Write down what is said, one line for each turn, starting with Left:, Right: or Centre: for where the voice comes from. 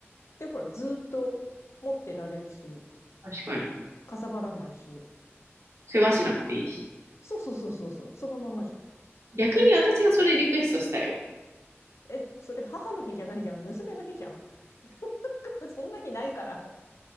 Left: で、ほら、ずーっと持ってられるし、
Right: 確かに。
Left: かさばらないし。
Right: 世話しなくていいし。
Left: そうそうそうそうそう、そのままじゃん。
Right: 逆に私がそれリクエストしたいわ。い
Left: え、それ母の日じゃないじゃん、娘の日じゃん。<laughs> そんな日ないから。